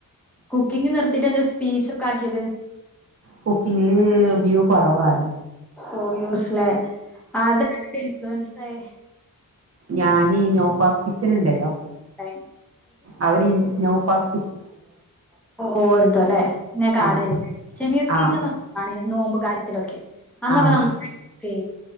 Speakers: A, in the centre; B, on the right.
A: കുക്കിംഗ് നിർത്തിയിട്ട് ന്താ സ്പീച്ച് ഒക്കെ ആക്കിയത്
B: കുക്കിങ്ങില് വ്യൂ കൊറവാണ്
A: ഓ യൂസ്ല ആരടെ കണ്ടട്ട് ഇൻഫ്ലൂയൻസ് ആയേ
B: ഞാൻ നോഫാസ് കിച്ചൻണ്ടല്ലോ,
A: ഉണ്ടായിന്
B: അവര് ൻ്റെ നോഫാസ്
A: ഓർത്തോല്ലേ ഞാൻ കാടല്ലേ
B: ആഹ്
A: ഷെമീസ് കിച്ചൺ
B: ആഹ്
A: <unintelligible> നോമ്പ് കാര്യത്തിലൊക്കെ അന്നൊക്കെ
B: ആഹ്
A: നന്നായിക്ക